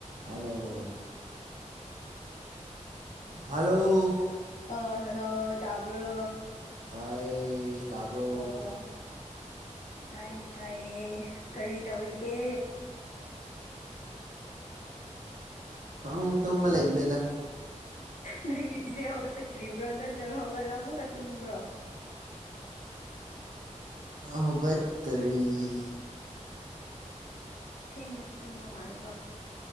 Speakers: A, on the right; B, on the left.
A: hello hello
B: ꯑ hello ꯇꯥꯕ꯭ꯔꯣ
A: ꯇꯥꯏ ꯇꯥꯕ꯭ꯔꯣ
B: ꯑꯣ ꯇꯥꯏꯌꯦ ꯇꯥꯏꯌꯦ ꯀꯔꯤ ꯇꯧꯔꯤꯒꯦ
A: ꯐꯃꯨꯡ ꯇꯨꯝꯕ ꯂꯩꯕꯅꯦꯗ
B: ꯅꯪꯒꯤꯁꯦ ꯍꯧꯒꯠꯇ꯭ꯔꯤꯕ꯭ꯔꯣ ꯅꯠꯇ꯭ꯔꯒ ꯍꯧꯒꯠꯂ ꯑꯃꯨꯀ ꯇꯨꯝꯕ꯭ꯔꯣ
A: ꯍꯧꯒꯠꯇꯔꯤ
B: ꯊꯦꯡꯅ ꯇꯨꯝꯕ ꯃꯥꯜꯂꯦꯀꯣ